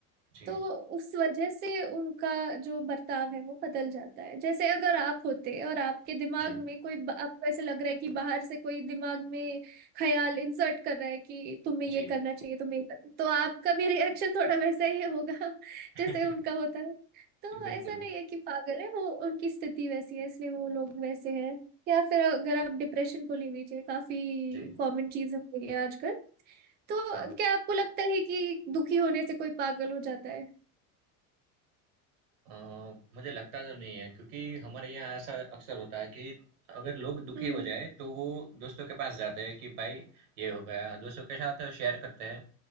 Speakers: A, on the right; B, on the right.
A: जी,
B: तो उस वजह से उनका जो बर्ताव है वो बदल जाता है जैसे अगर आप होते और आपके दिमाग
A: जी,
B: में कोई आपको ऐसे लग रहा है कि बाहर से कोई दिमाग में ख्याल इंसर्ट कर रहा है कि तुम्हें ये
A: जी।
B: करना चाहिए तुम्हें ये करना तो आपका भी रिएक्शन थोड़ा वैसा ही होगा <laughs>
A: <laughs>
B: जैसे उनका होता है तो
A: जी, बिल्कुल।
B: ऐसा नहीं है कि पागल है वो उनकी स्थिति वैसी है इसलिए वो लोग वैसे हैं या फिर अगर आप डिप्रेशन को ले लीजिए काफी
A: जी,
B: कॉमन चीज हो गई है आजकल तो
A: हाँ।
B: क्या आपको लगता है कि दुखी होने से कोई पागल हो जाता है
A: अ, मुझे लगता तो नहीं है क्योंकि हमारे यहाँ ऐसा अक्सर होता है कि अगर लोग दुखी
B: हम्म
A: हो जाए तो वो दोस्तों के पास जाते हैं कि भाई ये हो गया, दोस्तों के साथ शेयर करते हैं